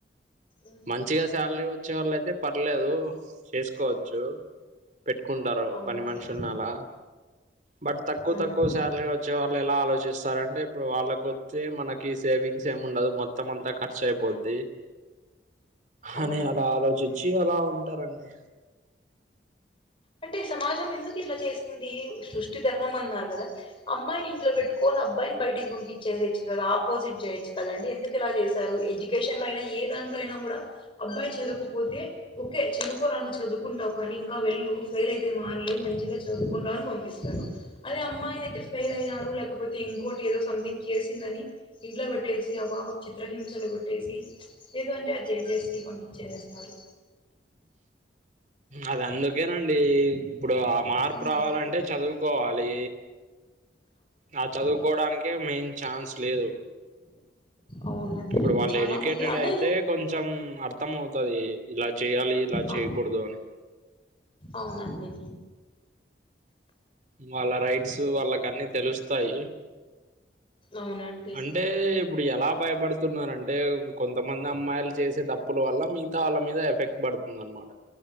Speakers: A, on the left; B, on the right.
A: ఉమ్,
B: మంచిగా శాలరీ వచ్చే వాళ్ళు అయితే పర్లేదు కోవచ్చు పెట్టుకుంటారు
A: అవునండి
B: పని మనుషుల అలా బట్ తక్కువ
A: ఉమ్,
B: తక్కువ శాలరీ వచ్చే వాళ్ళు ఎలా ఆలోచిస్తారు అంటే ఇప్పుడు వాళ్ళకి వచ్చే మనకి సేవింగ్స్ ఏమి ఉండదు మొ మొత్తం అంతా ఖర్చు అయిపోద్ది
A: అవును
B: అని అలా ఆలోచించి అలా ఉంటారండి
A: అంటే సమాజం ఎందుకు ఇట్లా చేసింది సృష్టి ధర్మం అన్నారు కదా అమ్మాయిని ఇంట్లో పెట్టుకొని అబ్బాయిని బయటికి పంపించే చేయచ్చు కదా ఆపోజిట్ చేయొచ్చు కాదండి ఎందుకు ఇలా చేశారు ఎడ్యుకేషన్ లో అయినా ఏ దాంట్లో అయినా కూడా అబ్బాయి చదువుకపోతే ఓకే చదువుకోరా అన్ చదు చదువుకుంటావు కానీ ఇంకా వెళ్ళు ఫెయిల్ అయితే మానలే మంచిగా చదువుకుంటావు అని పంపిస్తారు అదే అమ్మాయిని అయితే ఫెయిల్ అయినారు లేకపోతే ఇంకోటి ఏదో సమ్థింగ్ చేసిందని ఇంట్లో పెట్టేసి ఆ పాప చిత్రహింసలు పెట్టేసి లేదు అంటే అది చేసేసి పంపించేసేస్తారు
B: అది అందుకేనండి ఇప్పుడు ఆ మా
A: ఉమ్.
B: ప్పు రావాలంటే చదువుకోవాలి ఆ చదువుకోవడానికే మెయిన్ ఛాన్స్ లేదు
A: అవునండి
B: ఇప్పుడు వాళ్ళు
A: చాలా
B: ఎడ్యుకేటెడ్
A: మంది అంటే
B: అయితే కొంచెం అర్థం అవుతది ఇలా చేయాలి ఇలా చేయ్యకూడదు
A: అ
B: అని
A: అవునండి
B: వాళ్ళ రైట్స్ వాళ్ళకు అన్ని తెలుస్తాయి
A: అవునండి
B: అంటే ఇప్పుడు ఎలా భయపడుతున్నారంటే కొంతమంది అమ్మాయిలు చేసే తప్పు ప్పుల వల్ల మిగతా వాళ్ళ మీద ఎఫెక్ట్ పడుతుంది అనమాట